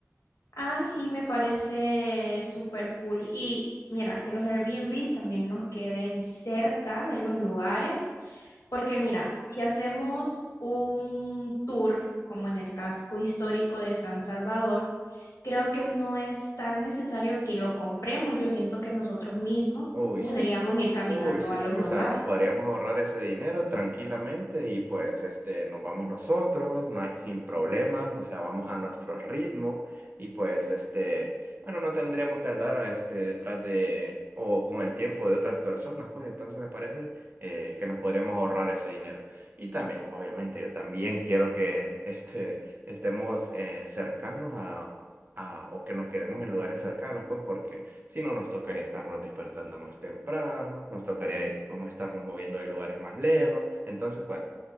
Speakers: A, on the left (about 80°); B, on the right (about 40°).
A: Ah, sí, me parece súper cool. Y mira, que los Airbnbs también nos queden cerca de los lugares, porque mira, si hacemos un tour como en el casco histórico de San Salvador, creo que no es tan necesario que lo compremos. Yo siento que nosotros mismos
B: Uy,
A: podríamos
B: sí.
A: ir caminando
B: Uy, sí.
A: a los
B: O
A: lugares.
B: sea, nos podríamos ahorrar ese dinero tranquilamente y pues este, nos vamos nosotros, no hay, sin problemas, o sea, vamos a nuestro ritmo y pues este, bueno, no tendríamos que andar este, detrás de o con el tiempo de otras personas, pues entonces me parece eh, que nos podríamos ahorrar ese dinero. Y también, obviamente, yo también quiero que este, estemos eh, cercanos a, a, o que nos quedemos en lugares cercanos, pues porque... Si no, nos tocaría estarnos despertando más temprano, nos tocaría eh, como estarnos moviendo de lugares más lejos. Entonces, bueno,